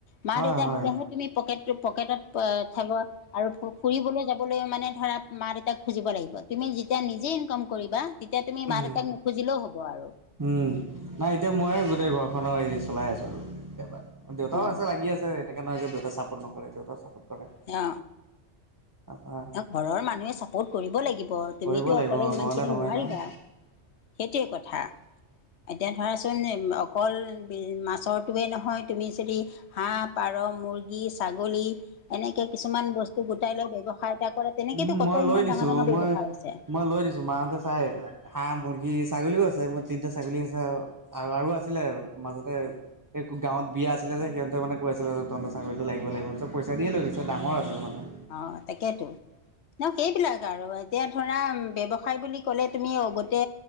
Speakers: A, on the left (about 70°); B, on the right (about 20°).
A: মা
B: হয়,
A: দেউতা
B: হয়,
A: দিলেহে। তুমি পকেট পকেটত থাক আৰু ফুৰিবলৈ যাবলৈ মানে ধৰা মা দেতাক খুজিব লাগিব। তুমি যেতিয়া নিজে ইনকাম কৰিবা তেতিয়া তুমি
B: উম,
A: মা দেউতাক নুখুজিলেও হ'ব আৰু।
B: উম, নাই এতিয়া ময়ে গোটেই ঘৰখনৰ হেৰি চলাই আছো আৰু দেউতাও
A: অ
B: আছে লাগি আছে এনেকে নহয় যে দেউতাই চাপৰ্ট নৰে দেউতাও চাপৰ্ট কৰে।
A: অ
B: তাৰপৰা
A: ঘৰৰ মানুহে চাপোৰ্ট কৰিব লাগিব
B: কৰিব
A: তুমিতো
B: লাগিব
A: অকলে ইমান
B: নহ'লে
A: খিনি
B: নহয়
A: নোৱাৰিবা।
B: নহয়।
A: এইটোৱেই কথা এতিয়া ধৰাচোন অকল মাছৰ তুমি নহয় তুমি যদি হাঁহ পাৰ মুৰ্গী ছাগলী এনেকে- কিছুমান বস্তু গোটাই লৈ ব্যৱসায় এটা কৰে তেনেকেতো
B: উম
A: কত
B: মই লৈ
A: ইমান
B: দিছো
A: ডাঙৰ ডাঙৰ ব্যৱসায়
B: মই
A: আছে
B: মই লৈ দিছো মা হতে চাই এইবিলাক হাঁহ মুৰ্গী ছাগলীও আছে মোৰ তিনিটা ছাগলী আছে আৰু আৰু আছিলে মাজতে গাঁৱত বিয়া আছিলে যে সিহঁতে মান কৈ আছিলে যে তহঁতৰ ছাগলীটো লাগিব লাগিব পিছত পইচা দিয়ে লৈ গৈছে। ডাঙৰ হৈছিল মানে-
A: অ, তাকেইতো। ন' সেইবিলাক আৰু এতিয়া ধৰা ব্যৱসায় বুলি ক'লে তুমি গতে